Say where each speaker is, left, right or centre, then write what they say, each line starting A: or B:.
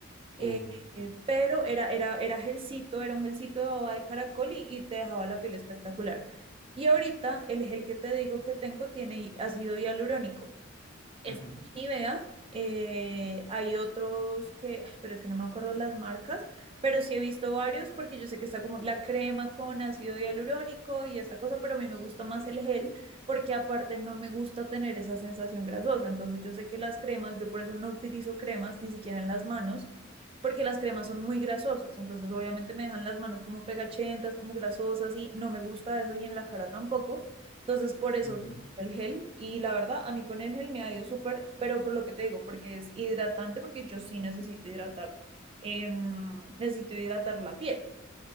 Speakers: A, on the right (about 30°); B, on the left (about 45°).
A: Eh,
B: Uh,
A: eh, pero era, era, era gelcito, era un gelcito de baba de caracol y, y te dejaba la piel espectacular. Y ahorita el gel que te digo que tengo tiene hi- ácido hialurónico. Este
B: Ujú,
A: es Nivea. eh, hay otros que, ay, pero es que no me acuerdo las marcas, pero sí he visto varios porque yo sé que está como la crema con ácido hialurónico y esta cosa, pero a mí me gusta más el gel porque aparte no me gusta tener esa sensación grasosa. Entonces yo sé que las cremas, yo por eso no utilizo cremas ni siquiera en las manos porque las cremas son muy grasosas. Entonces obviamente me dejan las manos como pegachentas, como grasosas y no me gusta eso y en la cara tampoco. Entonces, por eso
B: ujú.
A: el gel y la verdad a mí con el gel me ha ido súper, pero por lo que te digo, porque es hidratante, porque yo sí necesito hidratar, em, necesito hidratar la piel.